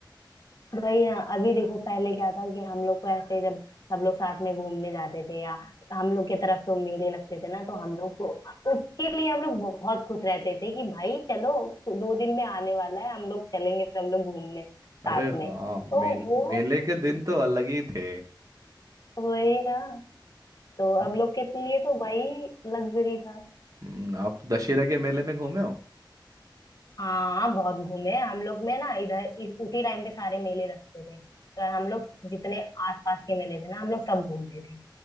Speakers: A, on the left; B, on the right.
A: वही ना अभी देखो पहले क्या था कि हम लोग को ऐसे जब सब लोग साथ में घूमने जाते थे या हम लोग के तरफ तो मेले लगते थे ना तो हम लोग को उसके लिए हम लोग बहुत खुश रहते थे कि भाई चलो दो दिन में आने वाला है हम लोग चलेंगे सब लोग घूमने साथ
B: अरे हाँ
A: में तो
B: मेल,
A: वो
B: मेले के दिन तो अलग ही थे
A: वही ना तो
B: आप
A: अब लोग के लिए तो वही लग्जरी था
B: हम्म, आप दशहरा के मेले में घूमे हो
A: हाँ बहुत घूमे हम लोग में ना इधर इस, उसी टाइम पे सारे मेले लगते थे तो हम लोग जितने आसपास के मेले थे ना हम लोग सब घूमते थे